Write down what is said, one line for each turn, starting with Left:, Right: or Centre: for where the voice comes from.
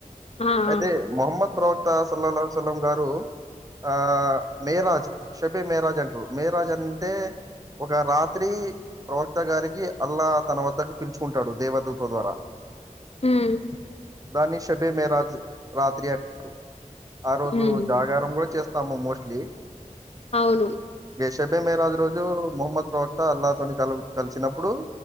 Left: ఆ ఆ
Right: అయితే మహమ్మద్ ప్రవక్త సల్లలం సలం గారు ఆ మేరాజ్ షేబె మేరాజ్ అంటరు మేరాజ్ అంటే ఒక రాత్రి ప్రవక్త గారికి అల్లా తన వద్దకు పిలుచుకుంటాడు దేవదూత ద్వారా
Left: మ్మ్
Right: దాన్ని షేబే మేరాజ్ రాత్రి అంటుర్ ఆ రోజు
Left: ఉమ్
Right: జాగారం కూడా చేస్త్ తాము మోస్ట్లీ
Left: అవును
Right: షేబె మేరాజు రోజు ముహమ్మద్ ప్రవక్త అల్లాహతోని కల కలిసినప్పుడు